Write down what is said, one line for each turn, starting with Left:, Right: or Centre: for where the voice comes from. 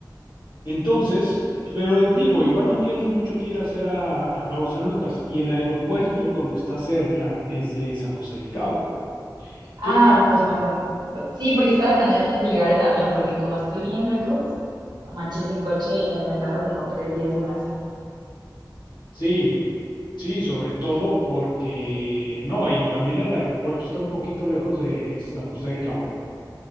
Left: Entonces, pero digo, igual no tienes mucho que ir a hacer a, a Cabo San Lucas y el aeropuerto
Right: <laughs>
Left: donde está cerca es de San José del Cabo. entonces
Right: Ah, pues mejor. B- Sí, porque estaba planeando llegar en avión, porque como estoy bien lejos, no manches, en coche eh, me tardo como tres días, se me hace.
Left: Sí, sí, sobre todo porque no, y también el aeropuerto está un poquito lejos de San José del Cabo,